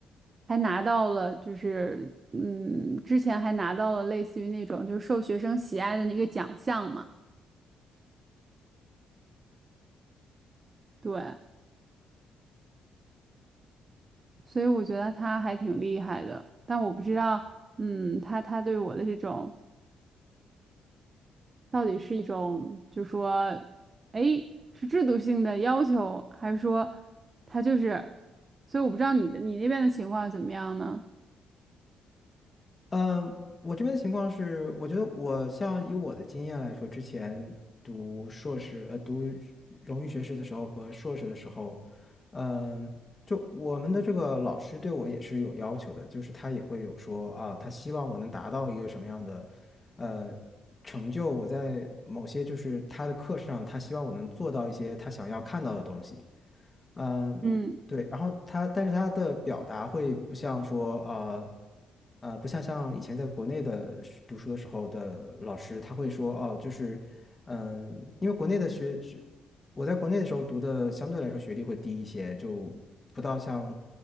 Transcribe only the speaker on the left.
嗯，我这边的情况是，我觉得我像以我的经验来说，之前读硕士，呃，读荣誉学士的时候和硕士的时候，嗯、就我们的这个老师对我也是有要求的，就是他也会有说啊，他希望我能达到一个什么样的，呃，成就，我在某些就是他的课上，他希望我能做到一些他想要看到的东西。嗯，
对，然后他，但是他的表达会不像说，呃，呃，不像像以前在国内的是读书的时候的老师，他会说，哦，就是，嗯，因为国内的学学，我在国内的时候读的相对来说学历会低一些，就不到像